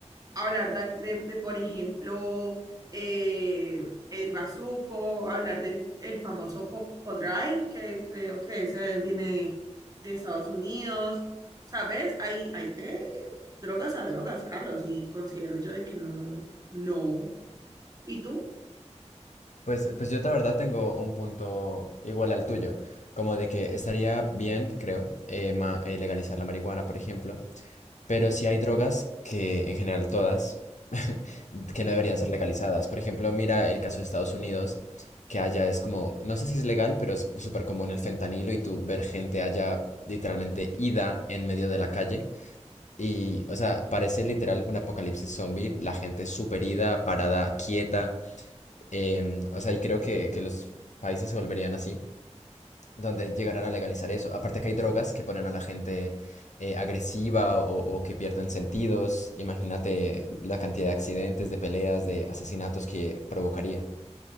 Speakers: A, on the right; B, on the left.
A: hablar de, de- de, por ejemplo, eh, el bazuco, hablar del el famoso co- codral, que creo que ese viene de, de Estados Unidos. ¿Sabes? Hay, hay de drogas a drogas, Carlos, y considero yo de que no, no. ¿Y tú?
B: Pues, eh, pues yo la verdad tengo un punto igual al tuyo, como de que estaría bien, creo, eh, ma- eh, legalizar la marihuana, por ejemplo, Pero sí hay drogas que, en general todas, <laughs> que
A: Ujú.
B: no deberían ser legalizadas. Por ejemplo, mira el caso de Estados Unidos, que allá es como, no sé si es legal, pero es súper común el fentanilo y tú ver gente allá literalmente ida en medio de la calle. Y, o sea, parece literal un apocalipsis zombie, la gente súper ida, parada, quieta. em, o sea, y creo que, que los países se volverían así donde llegarán a legalizar eso. Aparte que hay drogas que ponen a la gente eh, agresiva o, o que pierden sentidos. Imagínate la cantidad de accidentes, de peleas, de asesinatos que provocaría.